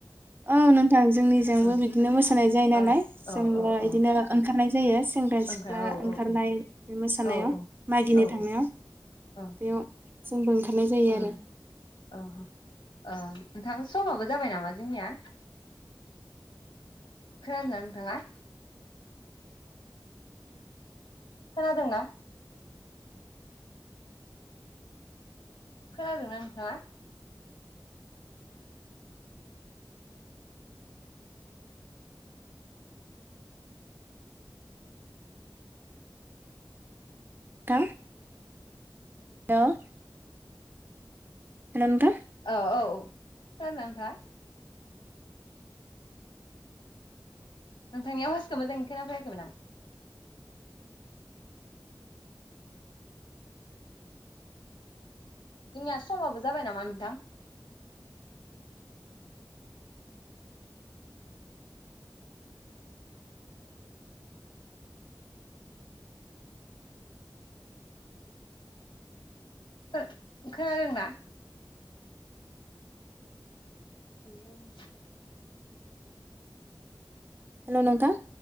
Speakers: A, on the right; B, on the left.
A: औ नोंथां जोंनिजोंबो
B: ओं
A: बिदिनो मोसानाय जायो नालाय
B: औ
A: जोंबो
B: औ औ
A: बिदिनो
B: औ
A: ओं ओंखारनाय जायो सेंग्रा
B: ओमफ्राय
A: सिख्ला
B: औ
A: ओंखारनाय
B: औ औ
A: बे मोसानायाव
B: औ औ
A: मागिनो
B: औ औ
A: थांनायाव बेयाव
B: औ
A: जोंबो ओं ओंखारनाय जायो
B: ओं
A: आरो
B: औ अ नोंथां समाबो जाबाय नामा जोंनिया खोनादोंना नोंथाङा? खोनादोंना? खोनादोंना नोंथाङा
A: थां हेलौ। हेलौ नोंथां।
B: औ औ औ सोर नोंथाङा नोंथांनि आवासखौ मोजाङै खोना फैयाखैमोन आं जोंनिया समाबो जाबाय नामा नोंथां? खो खोनादोंना <inaudible>
A: हेलौ नोंथां